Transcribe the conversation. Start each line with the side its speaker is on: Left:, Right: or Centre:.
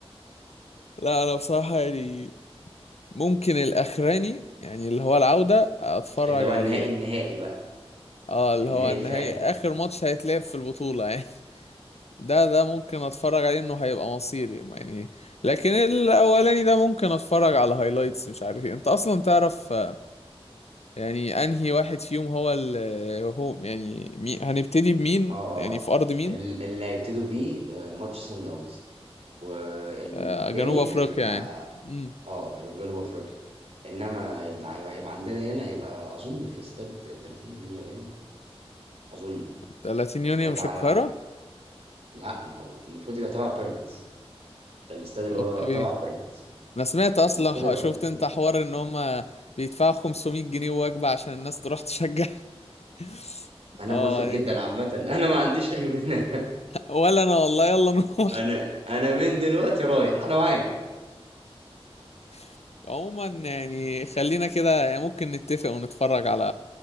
Left: لا انا بصراحة يعني ممكن الاخراني يعني اللي هو العودة اتفرج
Right: اللي هو
Left: عليه
Right: النهائي النهائي بقى
Left: اه اللي
Right: النهائي
Left: هو النهائي
Right: الفعلي
Left: اخر ماتش هيتلعب في البطولة يعني <laughs> ده ده ممكن اتفرج عليه انه هيبقى مصيري يعني لكن الاولاني ده ممكن اتفرج على هايلايتس مش عارف ايه انت اصلا تعرف آه، يعني انهي واحد فيهم هو ال هو يعني مين هنبتدي بمين
Right: اه
Left: يعني
Right: اه
Left: في ارض مين
Right: ال- اللي هيبتدوا بيه آه، ماتش صن داونز والتاني
Left: آه، جنوب افريقيا
Right: هيبقى
Left: يعني امم
Right: اه هيبقى في جنوب افريقيا انما اللي هي- هيبقى عندنا هنا هيبقى اظن في استاد 30 مليون يابان اظن
Left: 30 يونيو
Right: هيبقى
Left: مش القاهرة
Right: على لا ما هو المفروض يبقى تبع بيراميدز الاستاد اللي
Left: اوكي
Right: هو تبع بيراميدز
Left: انا سمعت اصلا
Right: فالمفروض
Left: ح-
Right: يبقى
Left: شفت
Right: 30
Left: انت حوار ان هم بيدفعوا 500 جنيه وجبة عشان الناس تروح تشجع <laughs>
Right: انا
Left: اه
Right: موافق جدا
Left: يعني
Right: عامة <laughs> انا ما عنديش اي مانع
Left: ولا انا والله يلا نروح
Right: <laughs> انا انا من دلوقتي رايح انا معاك
Left: <laughs> عموما يعني خلينا كده يعني ممكن نتفق ونتفرج على